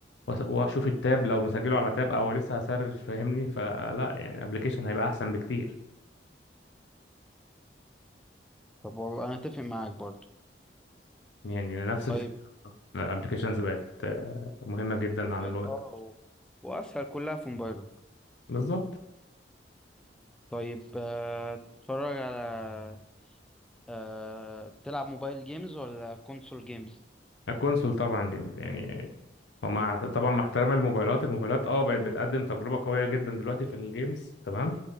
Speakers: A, on the left (about 80°); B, in the centre.
A: وأس- واشوف التاب لو مسجله على تاب او لسه هسرش فاهمني فلا يعني ابلكيشن هيبقى احسن بكتير
B: طب والله انا اتفق معاك برضو
A: يعني نفس
B: طيب
A: الفكرة الابلكيشنز بقت آه، مهمة جدا عن
B: بقت
A: الوقت
B: اه و- واسهل كلها في موبايلك
A: بالظبط
B: طيب آه، تتفرج على آه، تلعب موبايل جيمز ولا كونسول جيمز
A: الكونسول طبعا جيمز يعني ومع طبعا مع احترام الموبايلات الموبايلات اه بقت بتقدم تجربة قوية جدا دلوقتي في الجيمز تمام